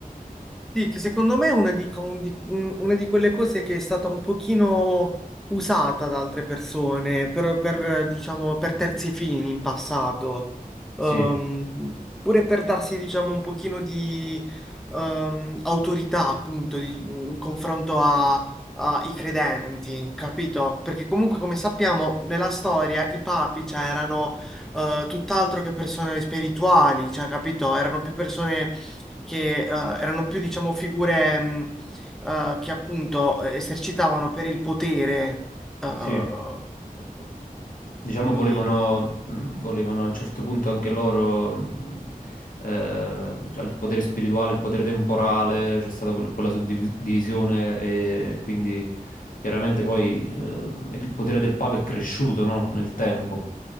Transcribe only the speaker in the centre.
Sì, che secondo me è una di, un di- un- una di quelle cose che è stata un pochino usata da altre persone per, per, diciamo, per terzi fini in passato, Ehm,
pure per darsi, diciamo, un pochino di ehm, autorità, appunto, di- in confronto a- ai credenti, capito? Perché comunque, come sappiamo, nella storia i papi, cioè, erano eh, tutt'altro che persone spirituali, cioè, capito? Erano più persone che eh, erano più, diciamo, figure mh, eh, che appunto esercitavano per il potere. eh,
quindi